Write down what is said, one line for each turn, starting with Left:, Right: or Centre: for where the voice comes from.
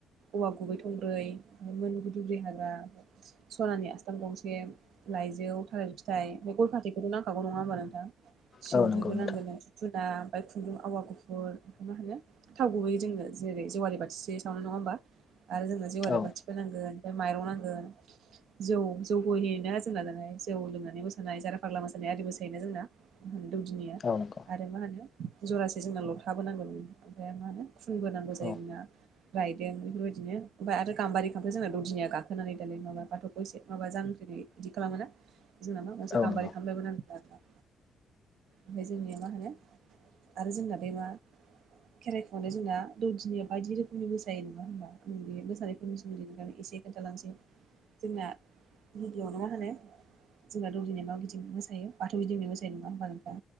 Right: औवा गुबै थंब्रै फ्राय मोनगै दुब्रि हाग्रा सनानि आसथाम गंसे लाइजौ थालिर फिथाइ बे गय फाथैखौथ' नांखागौ नङा होमबा नोंथां सिन्दुरबो
Left: औ नंगौ नोंथां
Right: नांगोन दुप-दुना ओमफफ्राय खुन्दुं आवा गुफुर मा होनो थाव गुबहैयो जोङो जेरै जेवाारि बाथिसे सावनो नङा होमबा आरो जोङो जेवारि
Left: औ
Right: बाथिखौ नांगोन ओमफ्राय माइरं नांगोन जौ जौ होयोना जोंना दाय जौ लोंनानै मोसानाय जारा फाग्ला मोसानाय आरि मोसायोना जोंना म दौदिनिया
Left: <unintelligible>
Right: आरो मा होनो जरासे जोंना लथाबोनांगौ ओमफ्राय मा होनो खुनबोनांगौ जायो
Left: औ
Right: जोंना रायदों बेफोरबायदिनो ओमफ्राय आरो गाम्बारि खाम्फजों जोंना ददिनिया गाखोनानै दालाय माबा बाथौखौ एसे माबा जांख्रिनाय बिदि खालामोना जोंन मा गंसे
Left: औ
Right: गाम्बारि
Left: नंगौ
Right: खामफालायबो नांगो आरो ओमफ्राय जोंनिया मा होनो आरो जोंना बे मा खेराइखौनाय जोंना दौदिनि बायदि रोखोमनि - जायो नङा होमबा नों बे मोसानायफोरनि सोमोन्दैफ्राय एसे खोन्थालांसै जोंना गिबियावनो मा होनो जोंहा दौदिनिआ मा बायदि मोसायो बाथौ गिदिंनाय मोसायो नंङा होमबाथ नोंथां